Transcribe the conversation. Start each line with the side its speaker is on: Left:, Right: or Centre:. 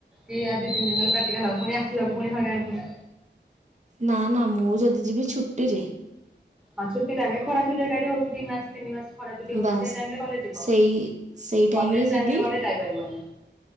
Centre: କି ଆଉ ଦି ତିନି ଦିନ ଗଲେ ପ୍ରାକ୍ଟିକାଲ ହବ ପୁଣି ଆସିବାକୁ ପୁଣି ହଇରାଣ ପୁଣି
Right: ନା ନା ମୁଁ ଯଦି ଯିବି ଛୁଟିରେ।
Centre: ହଁ ଛୁଟି ଟାଇମ ରେ ଖରା ଛୁଟି ଟା ଏଠି ହଉଛି ଦି ମାସ ତିନି ମାସ। ଖରା ଛୁଟି ହଉଚି
Right: ବାସ୍
Centre: ସେ ଟାଇମ ରେ ଗଲେ ଯିବ
Right: ସେଇ ସେଇ
Centre: କଲେଜ
Right: ଯିବି
Centre: ଟାଇମରେ ଗଲେ ଯାଇପାରିବନି।